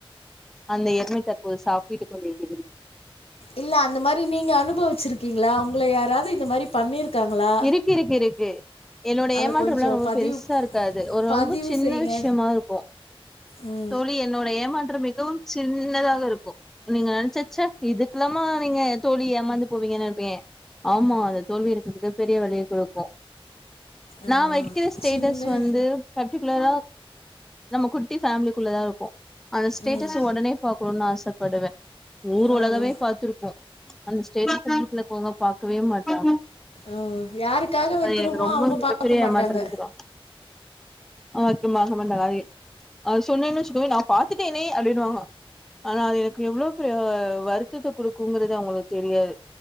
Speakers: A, in the centre; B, on the left.
A: அந்த எருமை தற்போது சாப்பிட்டு கொண்டிருக்கு
B: இல்ல அந்த மாரி நீங்க அனுபவிச்சிருக்கீங்ளா உங்கள யாராவது இந்த மாரி பண்ணியிருக்காங்களா
A: இருக்கு இருக்கு இருக்கு என்னோட
B: அத
A: ஏமாற்றமெல்லாம்
B: கொஞ்சோ
A: ரொம்ப
B: பதிவு
A: பெருசா இருக்காது ஒரு
B: பதிவு
A: ரொம்போ சின்ன
B: செய்யுங்க
A: விஷ்யமா இருக்கும்
B: ம்
A: தோழி என்னோட ஏமாற்றம் மிகவும் சின்னதாக இருக்கும் நீங்க நெனச்சா ச்எ இது குல்லாமா நீங்க தோழி ஏமாந்து போவீங்கன் நெனைப்பீங்க ஆமா அத தோல்வி ங்கிறது மிகப்பெரிய வலிய கொடுக்கும்
B: ஆ
A: நா வைக்கிற ஸ்டேட்டஸ்
B: சின்ன
A: வந்து பர்டிகுலரா நம்ம குட்டி ஃபேமிலிக்குள்ள தா இருக்கும் அந்த ஸ்டேட்டஸ்
B: ம்
A: ஒடனே பாக்கணுனு ஆசைப்படுவேன் ஊர்
B: ஆ
A: உலகமே பாத்திருக்கும் அந்த ஸ்டேஸ்ல வீட்ல இருக்கவங்க பாக் கவே மாட்டாங்க
B: ம். யாருக்காக வைக்கிறோமோ
A: அது எனக்கு ரொம்ப
B: அவங்க
A: மிகப்பெரிய
B: பாக்க மாட்டாங்க.
A: ஏமாட்டரஇது தா அவனுக்கு மாசமண்ட காி அ சொன்னேன்னு வெச்சிக்கோவேன் நான் பாத்துட்டேன்னே அப்டின்டுவாங்க ஆனா அது எனக்கு எவ்ளோ பெரிய வருத் டத்த குடுக்குங்கறது அவங்களுக்கு தெரியாது